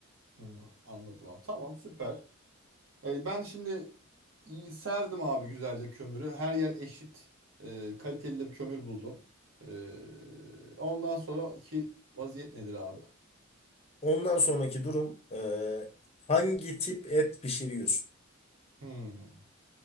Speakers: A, on the right; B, on the left.
A: Hı, Anladım abi. Tamam süper. E, ben şimdi iyi serdim abi güzelce kömürü. Her yer eşit. E, kaliteli de bir kömür buldum. E, ondan sonraki vaziyet nedir abi?
B: Ondan sonraki durum e, hangi tip et pişiriyorsun?
A: Hmm.